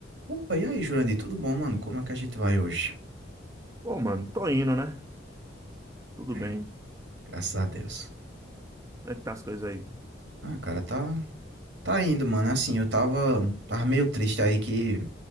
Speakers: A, on the right; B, on the right.
A: Opa, e aí, Jurandir, tudo bom, mano? Como é que a gente vai hoje?
B: Bom, mano, tô indo, né? Tudo
A: É,
B: bem. Como
A: graças a Deus.
B: é que tá as coisas aí?
A: Ah, cara, tá, tá indo, mano. Assim, eu tava, tava meio triste aí que